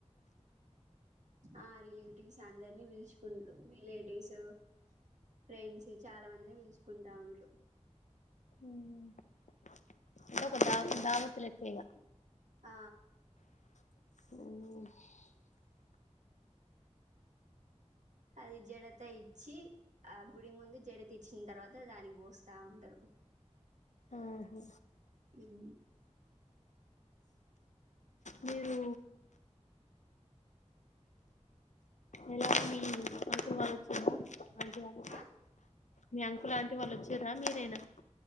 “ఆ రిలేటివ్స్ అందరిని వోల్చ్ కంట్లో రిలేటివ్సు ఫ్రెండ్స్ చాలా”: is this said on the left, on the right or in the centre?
Right